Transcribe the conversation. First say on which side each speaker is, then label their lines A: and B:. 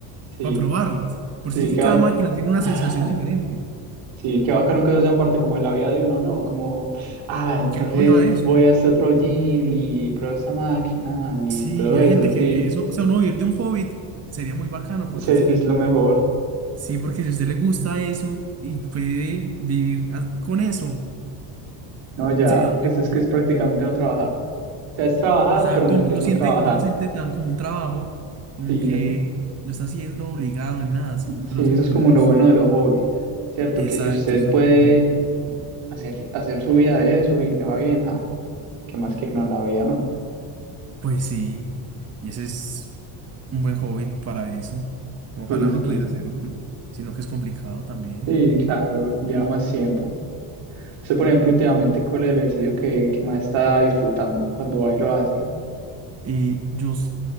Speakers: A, on the right (about 75°); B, on the right (about 30°).
A: Sí,
B: para probarlas. Por
A: sí,
B: si es que
A: qué
B: cada
A: va
B: máquina tiene una
A: <laughs>
B: sensación diferente.
A: Sí, qué bacano que eso sea parte como de la vida de uno, ¿no? Como, ah, entonces
B: Que uno viva eso.
A: voy a este otro gym y pruebo esta máquina y
B: Sí,
A: todo
B: hay
A: eso,
B: gente que
A: sí.
B: vive eso. O sea, uno vivir de un hobbit sería muy bacano porque
A: Se-
B: es que,
A: es lo mejor.
B: sí, porque si a usted le gusta eso y puede vivir a- con eso,
A: No, ya,
B: sería
A: pues
B: lo mejor.
A: es que es prácticamente no trabajar. O sea, es trabajar,
B: Exacto,
A: pero no-
B: no
A: es
B: lo
A: no
B: siente,
A: trabajar.
B: no lo siente tan como un trabajo, como
A: Sí,
B: que
A: eso,
B: no está siendo obligado ni nada, sino que
A: sí,
B: lo hace
A: eso
B: porque
A: es como
B: le gusta.
A: lo bueno de los hobbies, ¿cierto?
B: Exacto,
A: Que si usted
B: eso
A: puede
B: es muy bueno.
A: hacer, hacer su vida de eso y le va bien, ja, ¿qué más quiere uno en la vida, no?
B: Pues sí, y ese es un buen hobby para eso. Ojalá
A: Sí, sí,
B: uno pudiera hacerlo, sino que es complicado también.
A: sí, claro, lleva
B: Y,
A: más tiempo. Usted, por ejemplo, últimamente, ¿cuál es el ejercicio que, que más está disfrutando cuando va y lo hace?
B: y yo s-